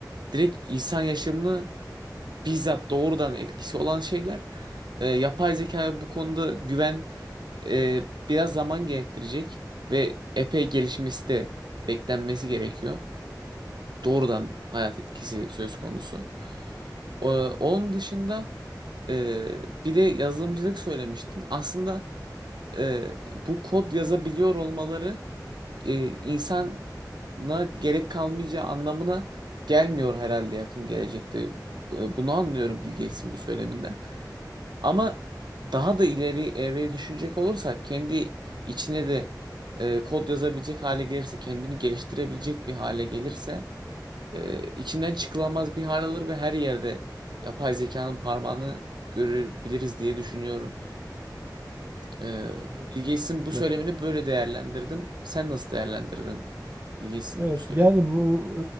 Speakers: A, on the right; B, on the right.
A: direkt insan yaşamını bizzat doğrudan etkisi olan şeyler. E, yapay zeka bu konuda güven e, biraz zaman gerektirecek ve epey gelişmesi de beklenmesi gerekiyor. Doğrudan hayat etkisi söz konusu. E, onun dışında e, bir de yazılımcılık söylemiştin. Aslında e, bu kod yazabiliyor olmaları e, insana gerek kalmayacağı anlamına gelmiyor herhalde yakın gelecekte. E, bunu anlıyorum Bill Gates'in bu söyleminden. Ama daha da ileri evreye düşünecek olursak kendi içine de e, kod yazabilecek hale gelirse, kendini geliştirebilecek bir hale gelirse e, içinden çıkılamaz bir hal alır ve her yerde yapay zekanın parmağını görebiliriz diye düşünüyorum. E,
B: Evet
A: Bill
B: kesinlikle.
A: Gates'in bu söylemini böyle değerlendirdim. Sen nasıl değerlendirdin Bill Gates'in
B: Evet
A: bu söylemini?
B: yani bu